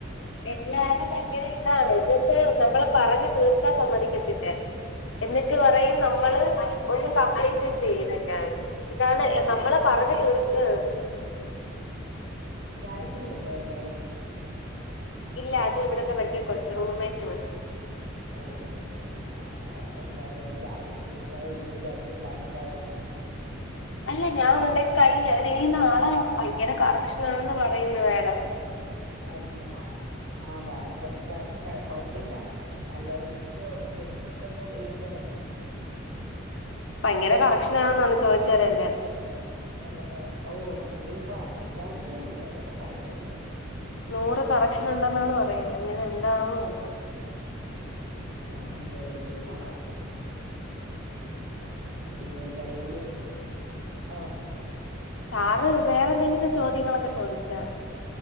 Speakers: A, on the left; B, on the right.
A: എല്ലാരും ഭയങ്കര ഇതാണ് എന്നു വെച്ചാ നമ്മളെ പറഞ്ഞ് തീർക്കാൻ സമ്മതിക്കത്തില്ല എന്നിറ്റ്
B: ഊപ്പ
A: പറയും നമ്മള് ഒന്നും കംപ്ലീറ്റും ചെയ്യുന്നില്ലാന്ന് ഇതാണ് ഏഹ് നമ്മള്
B: അത്
A: പറഞ്ഞു തീർക്ക്
B: ഗായത്രിയുണ്ടോ അവിടെ?
A: ഇല്ല അത് ഇവിടത്തെ മറ്റേ കൊച്ച് റൂംമേറ്റ് കൊച്ച്
B: ഓഹ് ഓഹ് ഓഹ് അല്ല അപ്പൊ ഞാൻ വിചാരിച്ചു ഗായത്രി നിങ്ങളൊരുമിച്ചായിരിക്കും ഫ്ലാഷ് <unintelligible>
A: അല്ല ഞാൻ ഒണ്ടാക്കി കഴിഞ്ഞു അതിനിനി നാളെ ഭയങ്കര കറക്ഷനാണെന്ന് പറയുന്നു മാഡം
B: അഞ്ചാ ആഹ് ആഹ് മാം കൊറച്ച് കറക്ഷനാണ് കൊഴപ്പല്ല നല്ല വൃത്തിക്ക്‌ പെൻസില്ട്ടോണ്ട് എഴുതിയാ മതിയല്ലോ
A: ഭയങ്കര കറക്ഷനാണെന്നാണ് ചോദിച്ചവരെല്ലാം
B: ആഹ് ആഹ് ഓഹ് അത് പ അത് അറിയാല്ലോ നിനക്ക് അറിയാല്ലോ
A: നൂറ് കറക്ഷൻ ഇണ്ടെന്നാണ് പറയുന്നെ ഇന്നി അത് എന്താവോ എന്തോ
B: ആഹ് എന്തെരെങ്കിലുവൊക്കെ ആവട്ട് പിന്നെ ഇങ്ങനെയെങ്കിലും ആഹ്
A: സാറ് വേറെന്തെങ്കിലും ചോദ്യങ്ങളൊക്കെ ചോദിച്ചാ?